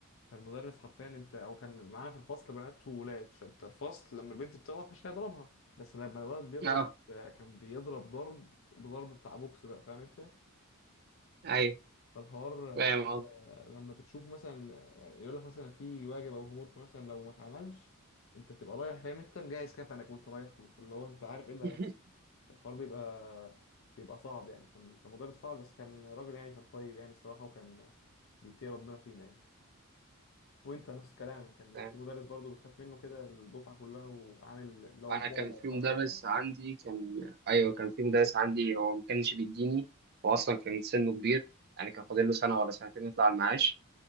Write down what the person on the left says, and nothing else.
فالمدرس حرفيا انت او كان معانا في الفصل بنات وولاد فانت الفصل لما البنت بتغلط مش هيضربها بس لما الولد بيغلط
آه، كان بيضرب ضرب بضرب بتاع بوكس بقى فاهم انت
فالحوار آه،
لسه لما بتشوف مثلا آه، يقول لك مثلا في واجب او هومورك مثلا لو ما اتعملش انت تبقى رايح فاهم انت مجهز كفنك وانت رايح له فاللي هو انت عارف ايه اللي
هيحصل الحوار بيبقى بيبقى صعب يعني كان كان مدرس صعب بس كان راجل يعني كان طيب يعني الصراحة وكان بيتقي ربنا فينا يعني وانت نفس الكلام كان
في مدرس برضو بتخاف منه كده الدفعة كلها وعامل اللي هو
البعبع
بتاع
المدرسة